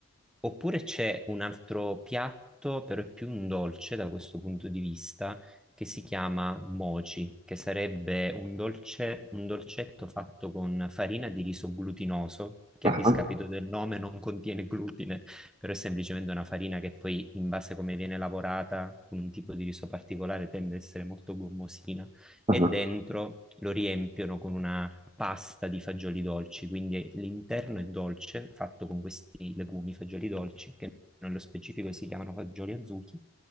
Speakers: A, in the centre; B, on the right (about 25°).
A: Oppure c'è un altro piatto, però è più un dolce da questo punto di vista, che si chiama mochi, che sarebbe un dolce- un dolcetto fatto con farina di riso glutinoso, che
B: Ah,
A: a discapito
B: ah.
A: del nome non contiene glutine, però è semplicemente una farina che poi, in base a come viene lavorata, con un tipo di riso particolare, tende ad essere molto gommosina, e
B: ah.
A: dentro lo riempiono con una pasta di fagioli dolci, quindi l'interno è dolce, fatto con questi legumi fagioli dolci, che nello specifico si chiamano fagioli azuchi,